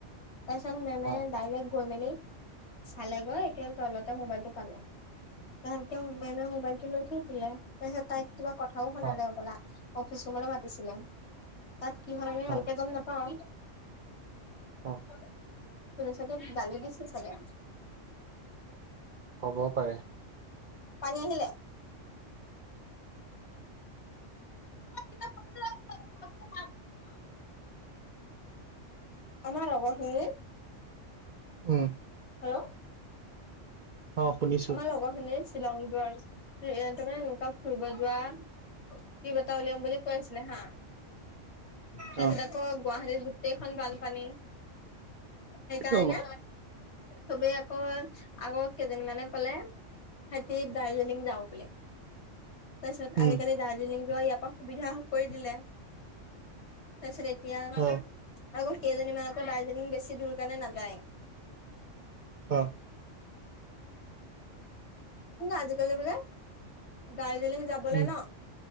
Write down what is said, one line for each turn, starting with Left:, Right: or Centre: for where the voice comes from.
Left: তাৰ পিচত মেমে
Right: অ
Left: ডাইৰেক্ট গৈ মেলি চালেগৈ একে তলতে মোবাইল টো পাল, তাহাঁত তেওঁৰ মোবাইল মোবাইলটো লৈ থৈ দিলে। তাৰপিছত তাইক কিবা কথাও শুনালে
Right: অ
Left: হবলা। অফিচ ৰৰুমলৈ মাতিছিলে। তাত কি হল আমি ভালকে
Right: অ
Left: গম নাপাওঁ।
Right: অঁ অ।
Left: কি ক'লে? শুনি চাগে হে গালি দিছে চাগে।
Right: হ'ব পাৰে
Left: পানী আহিলে? <unintelligible> আমাৰ লগৰ খিনি
Right: উম,
Left: হেল্ল',
Right: অ শুনিছো
Left: আমাৰ লগৰখিনি শ্বিলং যোৱাৰ, তাৰমানে এনেকুৱা ফুৰিব যোৱা, ট্ৰিপ এটা উলিয়াম বুলি কৈ আছিলে হা। তাৰপিছত
Right: অ',
Left: আকৌ গুৱাহাটীত গোটেইখন বানপানী। সেইকাৰণে
Right: অ',
Left: চবে আকৌ আগৰ কেইদিন মানে, কলে সিহতি দাৰ্জিলিং যাওঁ বুলি, তাৰ পাছত
Right: উম,
Left: আজিকালি দাৰ্জিলিং যোৱা ইয়াৰ পৰা সুবিধা কৰি দিলে। তাৰপিছত এতিয়া
Right: অ',
Left: আকৌ কেইজনীমান আকৌ দাৰ্জিলিং বছি দূৰ কাৰণে নাযায়।
Right: অ',
Left: আজিকালি বিলাক দাৰ্জিলিং যাবলৈ
Right: উম,
Left: ন,